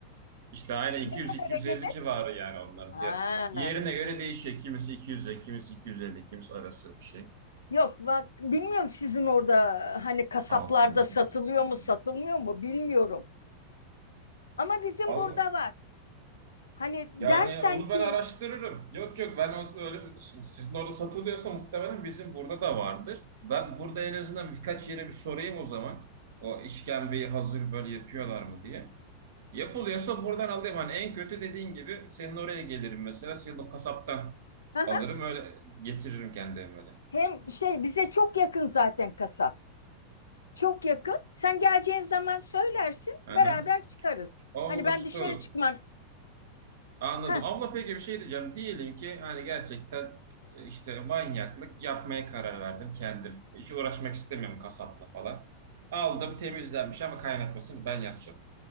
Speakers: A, on the right; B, on the left.
A: İşte aynı iki
B: ne
A: iki yüz
B: kadara
A: iki yüz
B: gelir?
A: elli civarı yani onların
B: Ha,
A: fiyatı. Yerine göre değişiyor. Kimisi 200'e, kimisi 250, kimisi arası bir şey.
B: Yok bak bilmiyorum sizin orada hani kasaplarda
A: 6, 12,
B: satılıyor
A: 18,
B: mu
A: 20.
B: satılmıyor mu bilmiyorum. Ama bizim
A: Allah.
B: burada var. Hani
A: Yani
B: dersen
A: onu ben
B: ki
A: araştırırım. Yok yok ben o- öyle bir, şimdi sizin orada satılıyorsa muhtemelen bizim burada da vardır. Ben burada en azından birkaç yere bir sorayım o zaman. O işkembeyi hazır böyle yapıyorlar mı diye. Yapılıyorsa buradan alayım. Hani en kötü dediğin gibi senin oraya gelirim mesela. Senin o kasaptan
B: <laughs>
A: alırım öyle getiririm kendi evime de.
B: hem şey bize çok yakın zaten kasap. Çok yakın. Sen geleceğin zaman söylersin
A: Aha.
B: beraber çıkarız.
A: O olur
B: Hani ben
A: süper
B: dışarı
A: olur.
B: çıkmam.
A: Anladım.
B: Heh,
A: Abla peki bir şey diyeceğim. Diyelim ki hani gerçekten e, işte manyaklık yapmaya karar verdim kendim. Hiç uğraşmak istemiyorum kasapla falan. Aldım temizlenmiş ama kaynatmasını ben yapacağım.